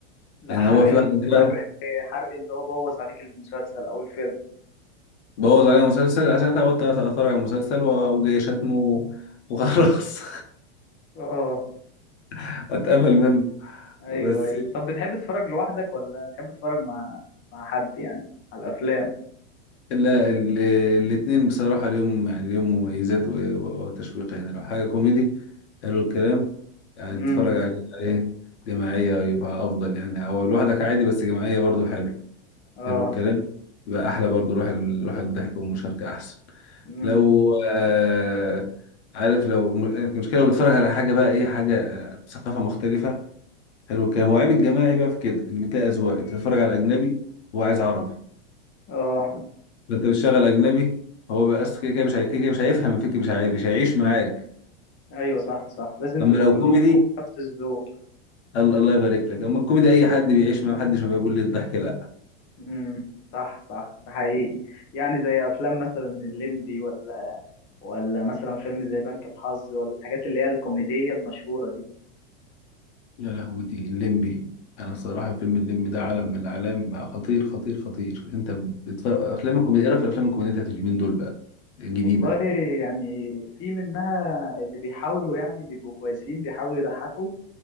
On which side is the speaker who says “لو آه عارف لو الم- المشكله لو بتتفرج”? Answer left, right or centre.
Left